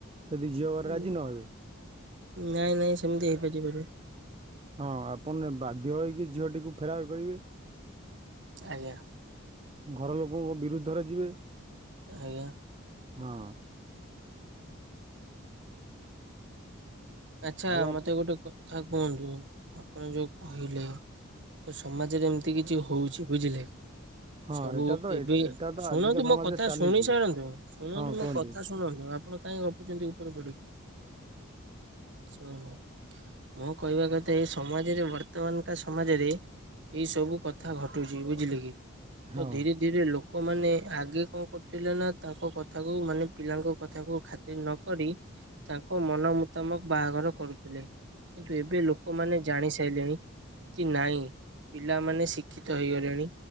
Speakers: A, on the right; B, on the right.
A: ଯଦି ଝିଅ ଘର
B: ଉଁ,
A: ରାଜି ନ ହେବେ?
B: ନାଇଁ ନାଇଁ ସେମିତି ହେଇପାରବନି।
A: ହଁ ଆପଣ ବାଧ୍ୟ ହୋଇକି ଝିଅଟିକୁ ଫେରାର କରିବେ।
B: ଆଜ୍ଞା।
A: ଘର ଲୋକଙ୍କ ବିରୁଦ୍ଧରେ ଯିବେ।
B: ଆଜ୍ଞା।
A: ହଁ।
B: ଆଚ୍ଛା
A: ଆଉ
B: ମତେ
A: ଆପ
B: ଗୋଟେ କଥା କୁହନ୍ତୁ? ଆପଣ ଯୋଉ କହିଲେ ତ ସମାଜରେ ଏମିତି କିଛି ହଉଛି ବୁଝିଲେ?
A: ହଁ
B: ସବୁ
A: ଏଇଟା ତ
B: ଏବେ
A: ଏଇଟା ତ
B: ଶୁଣନ୍ତୁ
A: ଆଜିକା ସମାଜରେ
B: ମୋ କଥା
A: ଚାଲିଛି
B: ଶୁଣି ସାରନ୍ତୁ ଶୁଣନ୍ତୁ
A: ହଁ
B: ମୋ
A: କୁହନ୍ତୁ
B: କଥା ଶୁ ଶୁଣୁନ୍ତୁ ଆପଣ କାହିଁ ଗପୁଚନ୍ତି ଉପରେ ପଡିକି? ଶୁଣ ମୁଁ କହିବା କଥା ଏ ସମାଜରେ ବର୍ତ୍ତମାନ କା ସମାଜରେ ଏଇ ସବୁ କଥା ଘଟୁଛି ବୁଝିଲେ କି
A: ହଁ
B: ତ ଧୀରେ ରେ ଲୋକମାନେ ଆଗେ କଣ କରୁଥିଲେ ନା ତାଙ୍କ କଥାକୁ ମାନେ ପିଲାଙ୍କ କଥା ଖାତି ର ନ କରି ତାଙ୍କ ମନ ମୁତାମକ ବାହାଘର କରୁଥିଲେ। କିନ୍ତୁ ଏବେ ଲୋକମାନେ ଜାଣି ସାରିଲେଣି କି ନାଇଁ ପିଲାମାନେ ଶିକ୍ଷିତ ହେଇଗଲେଣି।